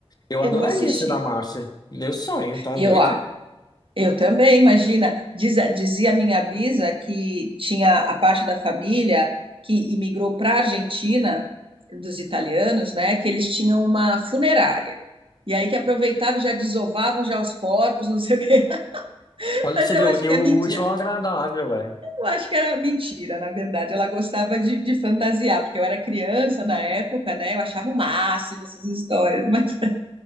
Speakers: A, on the left (about 40°); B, on the right (about 55°).
A: Eu
B: Eu
A: adoraria
B: vou assistir.
A: ser da marcha, Meu sonho, tá
B: Eu,
A: doido?
B: ah, Eu também, imagina. Diz, dizia minha bisa que tinha a parte da família que imigrou para a Argentina, dos italianos, né? Que eles tinham uma funerária. E aí que aproveitavam, já desovavam já os corpos, <laughs> não sei o quê. <laughs>
A: Olha
B: Mas
A: pra você
B: eu
A: ver,
B: acho
A: unir
B: que
A: o
B: é mentira.
A: útil ao agradável, velho.
B: Eu acho que era mentira, na verdade. Ela gostava de, de fantasiar, porque eu era criança na época, né? Eu achava o máximo essas histórias, mas